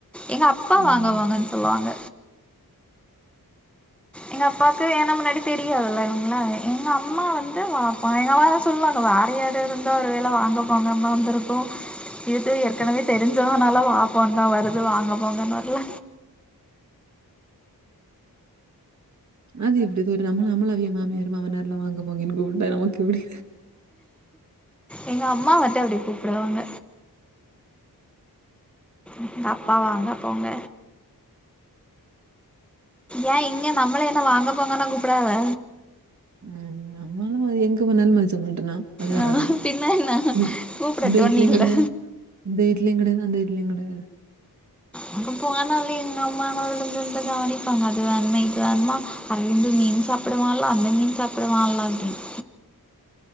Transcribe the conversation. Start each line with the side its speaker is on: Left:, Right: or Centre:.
Centre: எங்க அப்பா
Right: ம்.
Centre: வாங்க போங்கன்னு சொல்லுவாங்க எங்க அப்பாக்கு ஏனா முன்னாடியே தெரியாதுல்ல இவுங்ள எங்க அம்மா வந்து வாபா எங்க அம்மா சொல்வாங்க வேற யார இருந்தா ஒரு வேல வாங்க போங்கானு தா வந்ருக்கு இது ஏற்கனவே தெரிஞ்சவனால வா போனு தா வருது வாங்க போங்கன் வர்ல
Right: அது எப்டி து நம்மள நம்மள அவிய மாமியார் மாமனார்லா வாங்க போங்க இப்டி கூப்ட்டா நமக்கு எப்டி
Centre: எங்க அம்மா மட்டு அப்டி கூப்புடுவாங்க எங்க அப்பா வாங்க போங்க ஏ இங்க நம்ள என்ன வாங்க போங்கன்னா கூப்டுவாங்க
Right: ம் நம்மலு எங்க போனாலு மதிச்ச மாட்டனா அது வேற
Centre: ஆஹ்
Right: கத
Centre: பின்ன என்ன
Right: ம்
Centre: கூப்பிடட்டும்னு
Right: இந்த வீட்டிலியு
Centre: இல்லை
Right: கெட இந்த வீட்லியு கெடையாது அந்த வீட்லி கெடையாது
Centre: அங்க போனாலே எங்க அம்மா விழுந்து விழுந்து கவனிப்பாங்க அது வேண்மா இது வேண்மா அரவிந்த் மீன் சாப்டுவான்ல அந்த மீன் சாப்டுவான்ல அப்டின்னு